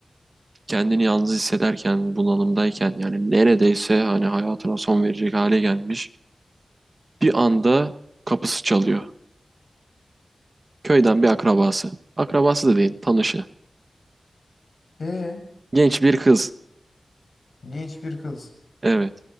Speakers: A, on the right (about 40°); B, on the left (about 75°).
A: kendini yalnız hissederken, bunalımdayken yani neredeyse hani hayatına son verecek hale gelmiş. Bir anda kapısı çalıyor. Köyden bir akrabası. Akrabası da değil, tanışı.
B: E
A: Genç bir kız.
B: genç bir kız.
A: Evet,